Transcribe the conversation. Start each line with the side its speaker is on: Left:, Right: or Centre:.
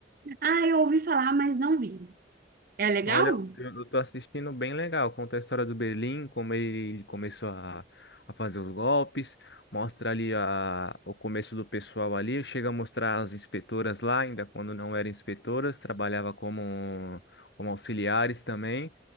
Right: Ah, eu ouvi falar, mas não vi. É legal?
Left: Olha, eu eu tô assistindo bem legal. Conta a história do Berlim, como ele começou a, a fazer os golpes, mostra ali a, o começo do pessoal ali, chega a mostrar as inspetoras lá, ainda quando não eram inspetoras, trabalhava como, como auxiliares também.